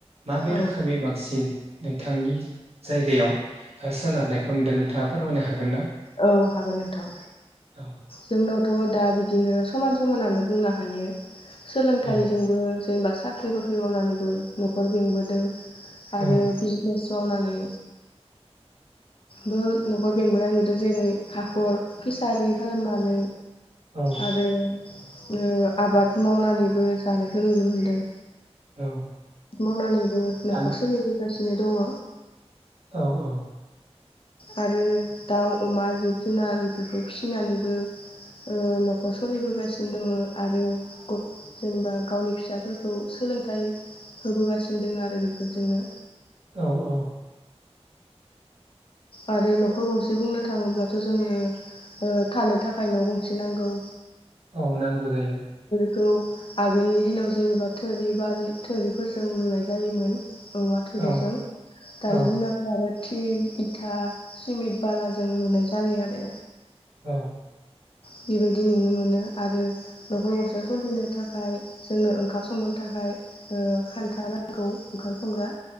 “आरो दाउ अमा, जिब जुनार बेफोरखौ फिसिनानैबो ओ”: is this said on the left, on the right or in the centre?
Left